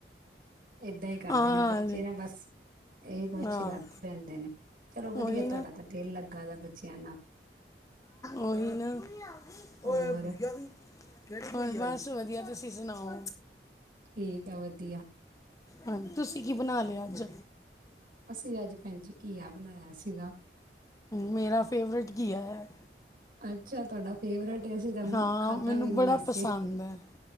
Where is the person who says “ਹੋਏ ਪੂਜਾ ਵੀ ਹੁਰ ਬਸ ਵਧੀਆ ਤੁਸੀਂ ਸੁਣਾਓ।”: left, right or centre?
Left